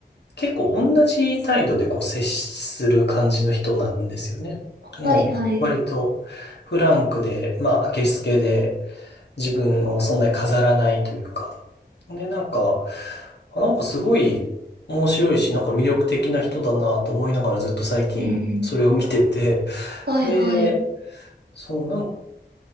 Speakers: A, on the left; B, on the right.
A: 結構同じ態度でこう接する感じの人なんですよね。もう割とフランクで、
B: はい、はい、
A: まあ、明けすけで、自分をそんなに飾らないというか。で、なんか、あなんかすごい面白いし、なんか魅力的な人だなと思いながらずっと最近それを見てて。
B: うんうん。はい、
A: で、
B: はい、
A: そう、なん